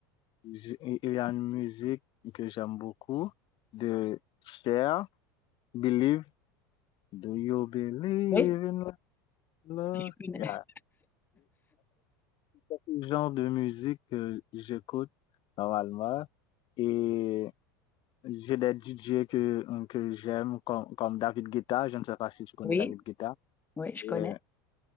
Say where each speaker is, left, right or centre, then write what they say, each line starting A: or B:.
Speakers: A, on the left; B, on the left.
A: Il y a une musique que j'aime beaucoup de Cher, Believe. Do you believe
B: Oui.
A: in love?
B: je connais.
A: Yeah. C'est le genre de musique que j'écoute normalement. Et j'ai des DJ que, que j'aime, comme, comme David Guetta. Je ne sais pas si tu connais
B: Oui.
A: David Guetta.
B: Oui, je
A: Et,
B: connais.